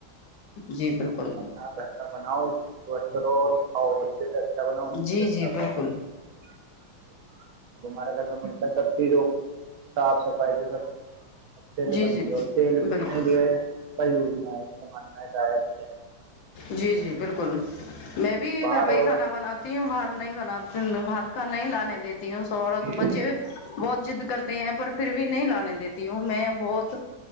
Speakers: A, on the left; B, on the right.
A: جی بالکل
B: اپنا گھر کا بناؤ سوستھ رہو اور کھاؤ اچھے سے اچھا بناؤ اچھے
A: جی
B: سے اچھا
A: جی بالکل
B: کھاؤ ج <unintelligible> تو ہمارے گھر میں بنتا سب چیز روگ صاف صفائی سے سب اچھے سے
A: جی
B: بن
A: جی
B: گی اور تیل بھی
A: بالکل
B: ات نہیں لے گ کا وجنا ہے کیا ماننا کا ہے
A: جی جی بالکل
B: <unintelligible>
A: میں بھی
B: باہر
A: گھر پہ
B: ہو
A: ہی کھانا بناتی ہوں باہر نہیں بناتے ہلکا نہیں لانے دیتے تی ہ سہرا
B: جی
A: تو
B: جی
A: بچے بہت جد کرتے ہیں پر پھر بھی نہیں لانے دیتی ہوں میں اچ